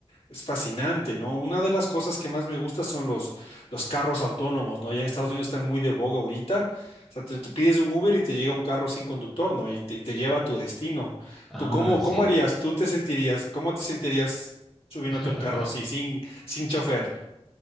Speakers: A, on the left; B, in the centre.
A: es fascinante, ¿no? Una de las cosas que más me gusta son los, los carros autónomos, ¿no? Ya en Estados Unidos están muy de boga ahorita. O sea, te, te pides un Uber y te llega un carro sin conductor, ¿no? Y te, y te lleva a tu destino.
B: Ah,
A: ¿Tú cómo,
B: sí.
A: cómo harías? ¿Tú te sentirías, cómo te sentirías subiéndote
B: <laughs>
A: a un carro así, sin, sin chofer?